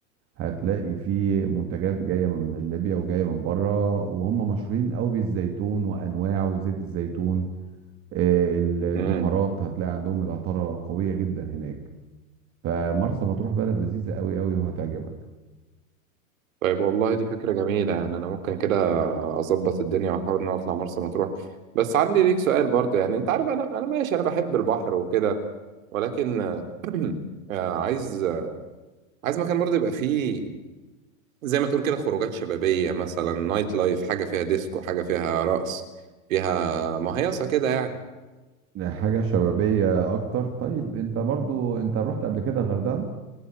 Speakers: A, on the right (about 30°); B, on the right (about 70°).
A: هتلاقي فيه منتجات جاية من ليبيا وجاية من بره وهم مشهورين قوي بالزيتون وأنواعه وزيت الزيتون إيه، البهارات
B: امم
A: هتلاقي عندهم العطارة قوية جدا هناك فمرسى مطروح بلد لذيذة قوي قوي وهتعجبك
B: طيب والله دي فكرة جميلة يعني انا ممكن كده اظبط الدنيا واحاول ان أنا اطلع مرسى مطروح بس عندي ليك سؤال برضه يعني انت عارف انا انا ماشي انا بحب البحر وكده ولكن آه، عايز عايز مكان برضه يبقى فيه زي ما تقول كده خروجات شبابية مثلا نايت لايف حاجة فيها ديسكو حاجة فيها رقص فيها مهيصة كده يعني
A: حاجة شبابية أكتر طيب أنت برضو أنت رحت قبل كده الغردقة